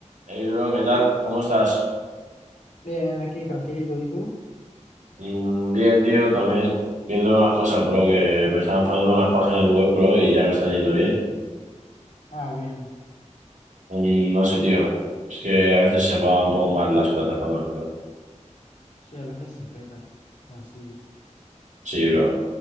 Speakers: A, on the right (about 80°); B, on the left (about 80°).
A: Hey bro, ¿qué tal? ¿Cómo estás?
B: Bien, aquí tranquilito, ¿y tú?
A: Mm, bien, tío, también viendo unas cosas, bro, que me están fallando las páginas web, bro, y ya me están yendo bien.
B: Ah, bien.
A: Mm, no sé, tío, es que a veces se va un poco mal las plataformas, bro.
B: Sí, a veces se peta. O así.
A: Sí, bro, un